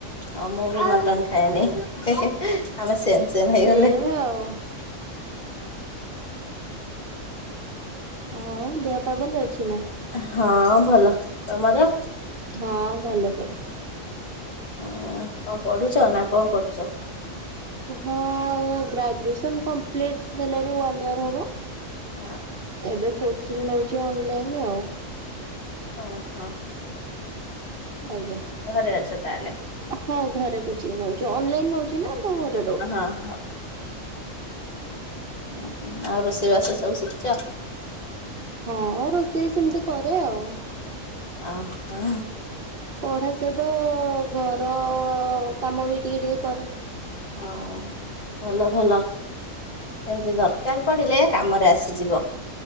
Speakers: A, on the left; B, on the right.
A: ଆଉ ମୁଁ ବି ମଟନ୍ ଖାଏନି ହେ ହେ। ଆମେ ସେମ୍ ସେମ୍ ହେଇଗଲେ।
B: ସେମ ଆଉ। ଆଉ ଦେହ ପା ଭଲ ଅଛି ନା?
A: ହଁ ଭଲ। ତମର?
B: ହଁ ଭଲ ସବୁ।
A: ହ କଣ ପଢୁଛ ନା କଣ କରୁଛ?
B: ହଁ ଗ୍ରାଜୁଏସନ କମ୍ପ୍ଲିଟ ହେଲାଣି ୱାନ୍ ଇୟର ହବ।
A: ହଁ।
B: ଏବେ କୋଚିଂ ନେଉଛି ଅନଲାଇନ ଆଉ।
A: ଓହୋ।
B: ଆଜ୍ଞା।
A: ଘରେ ଅଛ ତାହେଲେ।
B: ହଁ ଘରେ କୋଚିଙ୍ଗ ନଉଛି ଅନଲାଇନ ନଉଛି ନା ତ ଘରେ ରହୁଛି।
A: ହ ହଁ। ଓହୋ ଆଉ ରୋଷେଇବାସ ସବୁ ଶିଖିଛ?
B: ହଁ ରୋଷେଇ ସେମିତି କରେ ଆଉ।
A: ଅ ହଁ।
B: ପଢ଼ା ସହିତ ଘର କାମ ବି ଟିକେ ଟିକେ କରେ।
A: ହଁ ଭଲ ଭଲ। ଏମିତି ଦରକାର ପଡ଼ିଲେ କାମରେ ଆସିଯିବ।